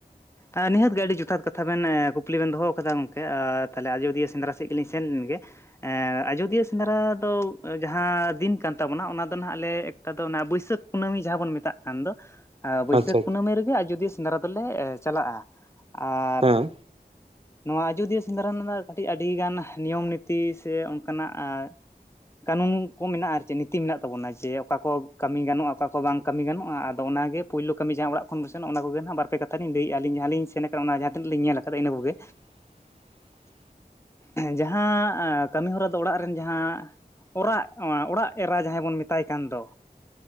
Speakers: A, on the left (about 15°); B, on the right (about 35°).
A: ᱟ ᱱᱤᱦᱟᱹᱛ ᱜᱮ ᱟᱹᱰᱤ ᱡᱚᱛᱷᱟᱛ ᱠᱟᱛᱷᱟ ᱵᱮᱱ ᱮᱸ ᱠᱩᱠᱞᱤ ᱵᱮᱱ ᱫᱚᱦᱚᱣ ᱠᱟᱫᱟ ᱜᱚᱝᱠᱮ ᱟᱨ ᱛᱟᱦᱚᱞᱮ ᱟᱡᱚᱫᱤᱭᱟᱹ ᱥᱮᱸᱫᱽᱨᱟ ᱥᱮᱫ ᱜᱮᱞᱤᱧ ᱥᱮᱱ ᱞᱮᱱ ᱜᱮᱼᱼ ᱮᱸ ᱟᱡᱚᱫᱤᱭᱟᱹᱼᱼ ᱥᱮᱸᱫᱽᱨᱟ ᱫᱚ ᱚ ᱡᱟᱦᱟᱸ ᱫᱤᱱ ᱠᱟᱱ ᱛᱟᱵᱚ ᱱᱟ ᱚᱱᱟ ᱫᱚ ᱱᱟᱦᱟᱸᱜ ᱟᱞᱮ ᱮᱠᱴᱟ ᱫᱚ ᱚᱱᱟ ᱵᱟᱹᱭ ᱥᱟᱹᱠ ᱠᱩᱱᱟᱹᱢᱤ ᱡᱟᱦᱟᱸ ᱵᱚᱱ ᱢᱮᱛᱟᱜᱼᱼ ᱠᱷᱟᱱ ᱫᱚ ᱟᱻ ᱵᱟᱹᱭ
B: ᱟᱪᱪᱷᱟ
A: ᱥᱟᱹᱠ ᱠᱩᱱᱟᱹᱢᱤ ᱨᱮ ᱜᱮ ᱟᱡᱚᱫᱤᱭᱟᱹ ᱥᱮᱸᱫᱽᱨᱟ ᱫᱚᱞᱮ ᱮ ᱪᱟᱞᱟᱜ-ᱟ ᱟᱨᱼᱼ
B: ᱦᱮᱸ
A: ᱱᱚᱣᱟ ᱟᱡᱳᱫᱤᱭᱟᱹ ᱥᱮᱸᱫᱽᱨᱟ ᱨᱮᱱᱟᱜ ᱫᱚ ᱠᱟᱹᱴᱤᱡ ᱟᱹᱰᱤ ᱜᱟᱱ ᱱᱤᱭᱚᱢ ᱱᱤᱛᱤ ᱥᱮ ᱚᱱᱠᱟ ᱱᱟᱜ ᱟᱼᱼᱼ ᱠᱟᱱᱩᱱ ᱠᱚ ᱢᱮᱱᱟᱜ-ᱟ ᱟᱨ ᱪᱮᱫ ᱱᱤᱛᱤ ᱢᱮᱱᱟᱜ ᱛᱟᱵᱚ ᱱᱟ ᱡᱮ ᱚᱠᱟ ᱠᱚ ᱠᱟᱢᱤ ᱜᱟᱱᱚᱜ-ᱟ ᱚᱠᱟ ᱠᱚ ᱵᱟᱝ ᱠᱟᱢᱤ ᱜᱟᱱᱚᱜ-ᱟ ᱟᱫᱚ ᱚᱱᱟ ᱜᱮᱼᱼ ᱯᱩᱭᱞᱩ ᱠᱟᱹᱢᱤ ᱡᱟᱦᱟᱸ ᱚᱲᱟᱜ ᱠᱷᱚᱱ ᱵᱚ ᱥᱮᱱᱚᱜ ᱚᱱᱟ ᱯᱩᱭᱞᱳ ᱠᱟᱢᱤ ᱡᱟᱦᱟᱸ ᱚᱲᱟᱜ ᱠᱷᱚᱱ <unintelligible> ᱠᱚ ᱜᱮ ᱱᱟᱦᱟᱸᱜ ᱵᱟᱨ ᱯᱮ ᱠᱟᱛᱷᱟ ᱞᱤᱧ ᱞᱟᱹᱭᱮᱜ-ᱟ ᱟᱹᱞᱤᱧ ᱡᱟᱦᱟᱸ ᱞᱤᱧ ᱥᱮᱱ ᱟᱠᱟᱱᱟ ᱚᱱᱟ ᱡᱟᱦᱟᱸ ᱛᱤᱱᱟᱹᱜ ᱞᱤᱧ ᱧᱮᱞ ᱟᱠᱟᱫᱟ ᱤᱱᱟᱹ ᱠᱚ ᱜᱮ᱾
B: <inaudible>
A: ᱡᱟᱦᱟᱸ ᱟᱸ ᱠᱟᱹᱢᱤ ᱦᱚᱨᱟ ᱫᱚ ᱚᱲᱟᱜ ᱨᱮᱱ ᱡᱟᱦᱟᱸᱼᱼ ᱚᱨᱟᱜ ᱮᱸ ᱚᱲᱟᱜ ᱮᱨᱟ ᱡᱟᱦᱟᱸᱭ ᱵᱚᱱ ᱢᱮᱛᱟᱭ ᱠᱟᱱ ᱫᱚᱼᱼ